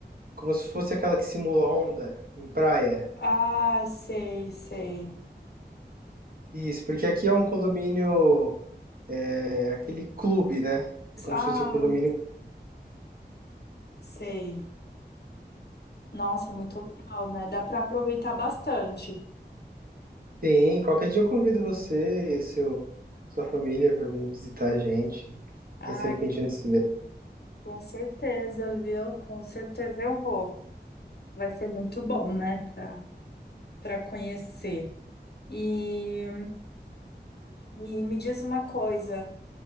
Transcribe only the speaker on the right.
como se fosse aquela que simula onda em praia.
Isso, porque aqui é um condomínio, é aquele clube, né? É como
se fosse um condomínio
Sim, qualquer dia eu convido você e seu, sua família pra vir visitar a gente.
Faz tempo que a gente não se vê.